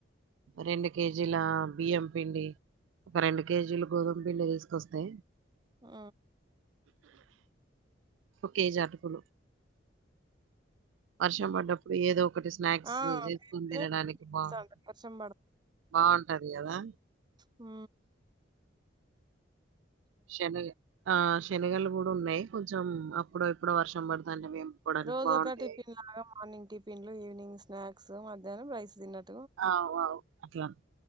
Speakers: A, on the right; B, on the right.
A: రెండు కేజీల బియ్యం పిండి ఒక రెండు కేజీల గోధుమ పిండి తీసుకొస్తే
B: ఊ
A: ఒక కేజీ ఆటుకులు వర్షం పడ్డప్పుడు ఏదో ఒ ఒకటి స్నాక్స్
B: ఆ
A: జేసుకొని
B: చేస్తేనే
A: తినడానికి
B: తినిపిస్తా
A: బాగ్
B: ఉంటా, వర్షం
A: బావుంటది కదా
B: ఊ
A: శనగ ఆ శనగలు గూడా ఉన్నాయి కొంచెం అప్పుడో ఇప్పుడో వర్షం పడతాంటే వేంపుకోవడానికి
B: రోజు
A: బావుంటాయి.
B: ఒక టిఫిన్ లాగా మార్నింగ్ టిఫిన్ లు ఈవినింగ్ స్నాక్స్ మధ్యాహ్నం రైస్ తిన్నట్
A: అవు అవు అట్లా